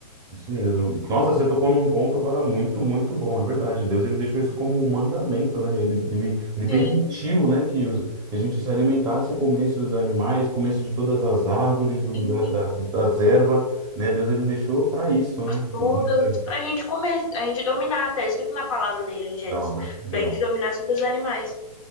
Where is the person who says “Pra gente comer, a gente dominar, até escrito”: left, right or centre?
Left